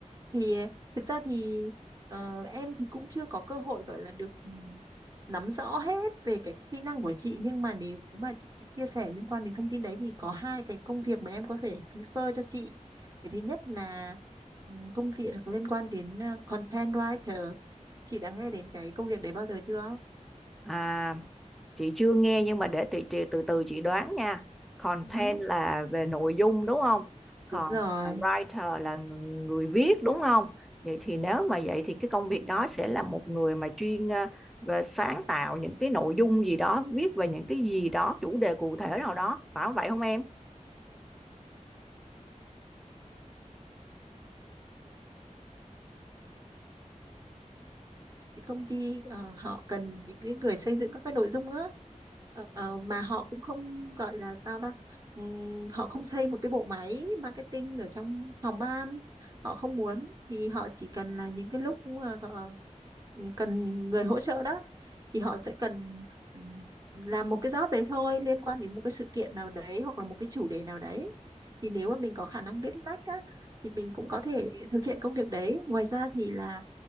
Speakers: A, on the right; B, in the centre.
A: thì thực ra thì ờ, em thì cũng chưa có cơ hội gọi là được ừm, nắm rõ hết về cái kỹ năng của chị nhưng mà nếu mà chị, chị chia sẻ liên quan đến thông tin đấy thì có hai cái công việc mà em có thể refer cho chị cái thứ nhất là ừm, công việc liên quan đến ờ, content writer chị đã nghe đến cái công việc đấy bao giờ chưa
B: À, chị chưa nghe nhưng mà để chị, chị từ từ chị đoán nha. Content
A: Ừ.
B: là về nội dung đúng không? Còn
A: Đúng rồi,
B: à, writer là ng- người viết đúng không? Vậy thì nếu mà vậy thì cái công việc đó sẽ là một người mà chuyên à, về sáng tạo những cái nội dung gì đó, viết về những cái gì đó, chủ đề cụ thể nào đó, phải không vậy không em?
A: cái công ty ờ, họ cần những cái người xây dựng các cái nội dung á Ờ, ờ, mà họ cũng không gọi là sao ta Ừm, họ không xây một cái bộ máy marketing ở trong phòng ban họ không muốn thì họ chỉ cần là những cái lúc mà gọ- cần người hỗ trợ đó thì họ sẽ cần ừm, làm một cái job đấy thôi liên quan đến một cái sự kiện nào đấy hoặc là một cái chủ đề nào đấy thì nếu mà mình có khả năng viết lách á thì mình cũng có thể thực hiện công việc đấy ngoài ra thì là